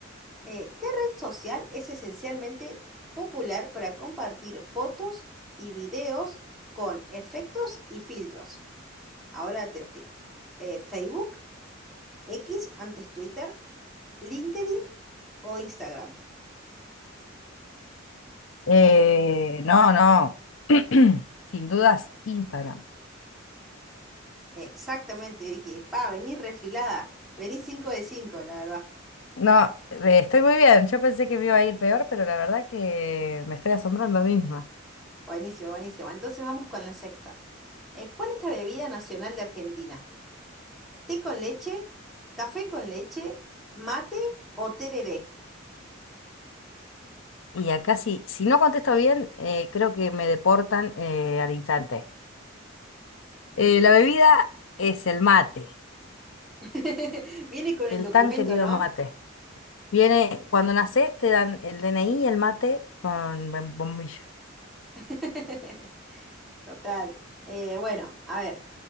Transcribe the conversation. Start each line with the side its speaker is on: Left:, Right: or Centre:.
Centre: Eh, ¿qué red social es esencialmente popular para compartir fotos y videos con efectos y filtros? Ahora te los tiro. Eh, Facebook, X, antes Twitter, LinkedIn o Instagram.
Left: Eh, no, no, <clears throat> sin dudas, Instagram.
Centre: Exactamente, Vicky. Pa, vení refilada. Vení 5 de 5, la verdad.
Left: No, eh, estoy muy bien. Yo pensé que me iba a ir peor, pero la verdad que me estoy asombrando a mí misma.
Centre: Buenísimo, buenísimo. Entonces vamos con la sexta. Eh, ¿cuál es la bebida nacional de Argentina? ¿Té con leche? ¿Café con leche? ¿Mate o tereré?
Left: Y acá sí, si no contesto bien, eh, creo que me deportan eh, al instante. Eh, la bebida es el mate,
Centre: <laughs> Viene con el
Left: el
Centre: documento,
Left: tan querido
Centre: ¿no?
Left: mate. Viene, cuando nacés te dan el DNI y el mate con bom- bombilla.
Centre: <laughs> Total. Eh, bueno, a ver,